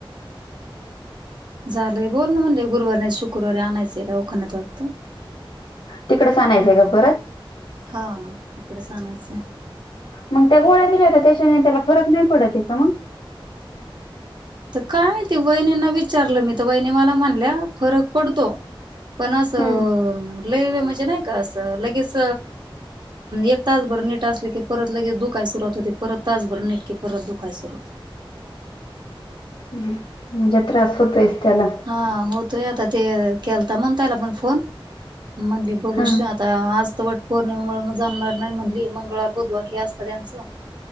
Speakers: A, on the right; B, on the left.
A: झालंय बोलन म्हणले गुरुवारी नाहीतर शुक्रवारी आणायचं दवाखान्यात वाटतं
B: तिकडच आणायचंय का परत?
A: हा इकडेच आनायचय
B: मग त्या गोळ्या दिल्या होता त्याच्याने त्याला फरक नाही पडतय का मग?
A: तर काय ती वहिनींना विचारलं मी तर वाहिनी मला म्हणल्या फरक पडतो. पन असं
B: हम्म.
A: लय वेळ म्हणजे नाही का अस लगेच एक तास भर नीट असले की परत लगेच दुखाय सुरुवात होते परत तासभर नीट की परत दुखाय सुरू होते
B: हम म्हनजे त्रास होतोयच त्याला
A: हा होतोय आता ते केलता म्हण त्याला पण फोन म्हनली बघू
B: हा
A: आता आज वट पौर्णिमेमुळे मग जमणार नाही म्हणली, मंगळवार बुधवार हे असत त्यांचं